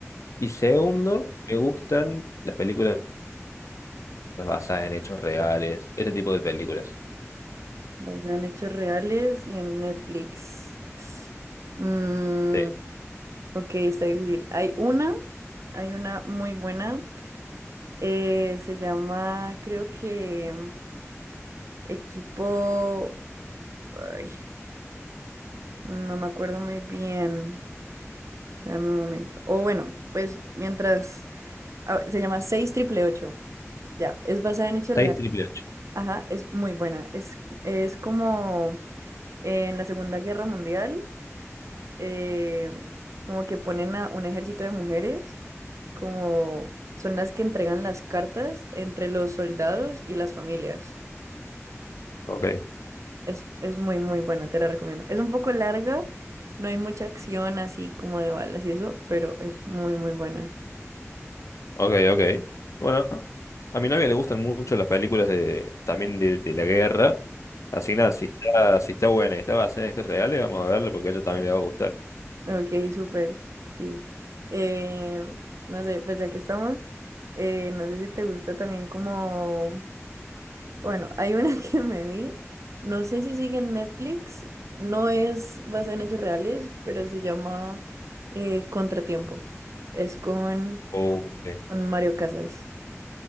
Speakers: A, on the left (about 75°); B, on the right (about 75°).
A: Y segundo, me gustan las películas basadas en hechos reales, ese tipo de películas.
B: basada en hechos reales y en Netflix. Mm,
A: Sí,
B: ok, está difícil. Hay una, hay una muy buena, eh, se llama, creo que Equipo... ay, no me acuerdo muy bien. Dame un momento. O bueno, pues mientras... ah, se llama 6888. Ya, es basada en hechos
A: 6
B: reales.
A: triple 8.
B: Ajá, es muy buena. Es, es como en la Segunda Guerra Mundial, eh, como que ponen a un ejército de mujeres, como son las que entregan las cartas entre los soldados y las familias.
A: Ok.
B: Es, es muy, muy buena, te la recomiendo. Es un poco larga, no hay mucha acción así como de balas y eso, pero es muy, muy buena.
A: Ok, ok. Bueno, a mi novia le gustan mucho las películas de, también de, de la guerra. Así que nada, si está, si está buena y está basada en hechos reales, vamos a verla porque a ella también le va a gustar.
B: Ok, súper, sí. Eh, no sé, pues ya que estamos, eh, no sé si te gusta también como... Bueno, hay una <laughs> que me vi, no sé si sigue en Netflix, no es basada en hechos reales, pero se llama eh, Contratiempo. Es con,
A: Oh, eh,
B: con Mario Casas.